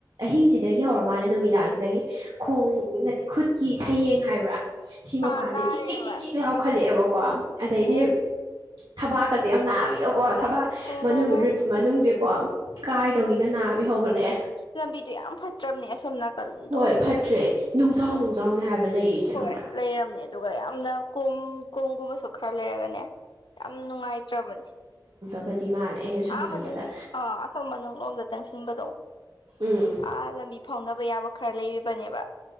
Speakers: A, on the right; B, on the left.
A: ꯑꯍꯤꯡꯁꯤꯗꯒꯤ ꯍꯧꯔ ꯃꯥꯜꯅꯦ ꯅꯨꯃꯤꯗꯥꯡꯁꯤꯗꯒꯤ ꯈꯣꯡ ꯅꯠꯇꯦ ꯈꯨꯠꯀꯤ ꯁꯌꯦꯡ ꯍꯥꯏꯕ꯭ꯔꯥ ꯁꯤ ꯃꯄꯥꯖꯦ
B: ꯑꯥ ꯅꯥꯔꯦꯕ
A: ꯆꯤꯛ ꯆꯤꯛ ꯆꯤꯛ ꯆꯤꯛ ꯂꯥꯎꯈꯠꯂꯛꯑꯦꯕꯀꯣ ꯑꯗꯩꯗꯤ
B: ꯎꯝ
A: ꯊꯕꯥꯛꯀꯆꯦ ꯌꯥꯝ ꯅꯥꯕꯤꯗꯣꯀꯣ ꯊꯕꯥꯛ
B: ꯎꯝ
A: ꯃꯅꯨꯡ ꯔꯤꯞꯁ ꯃꯅꯨꯡꯖꯦꯀꯣ ꯀꯥꯏꯗꯧꯒꯤꯒ ꯅꯥꯕꯤ ꯍꯧꯒꯠꯂꯛꯑꯦ
B: ꯂꯝꯕꯤꯗꯣ ꯌꯥꯝ ꯐꯠꯇ꯭ꯔꯝꯅꯦ ꯑꯁꯣꯝ ꯅꯥꯀꯟꯗꯣ
A: ꯍꯣꯏ ꯐꯠꯇ꯭ꯔꯦ
B: ꯍꯥꯏꯗꯤ
A: ꯅꯨꯡꯖꯥꯎ
B: ꯑꯝ
A: ꯅꯨꯡꯖꯥꯎꯅꯦ ꯍꯥꯏꯕ ꯂꯩꯔꯤꯁꯦ
B: ꯍꯣꯏ
A: ꯈꯪꯕ꯭ꯔꯥ
B: ꯂꯩꯔꯝꯅꯦ ꯑꯗꯨꯒ ꯌꯥꯝꯅ ꯀꯣꯝ ꯀꯣꯝꯒꯨꯝꯕꯁꯨ ꯈꯔ ꯂꯩꯔꯒꯅꯦ ꯌꯥꯝ ꯅꯨꯡꯉꯥꯏꯇ꯭ꯔꯕꯅꯦ
A: ꯕꯗꯤ ꯃꯥꯜꯂꯦ ꯑꯩꯅ ꯁꯨꯝ
B: ꯑꯥ
A: ꯈꯟꯕꯗ
B: ꯃꯅꯨꯡ ꯑꯥ ꯑꯁꯣꯝ ꯃꯅꯨꯡꯂꯣꯝꯗ ꯆꯪꯁꯤꯟꯕꯗꯣ
A: ꯎꯝ
B: ꯑꯥ ꯂꯝꯕꯤ ꯐꯥꯎꯅꯕ ꯌꯥꯕ ꯈꯔ ꯂꯩꯔꯤꯕꯅꯦꯕ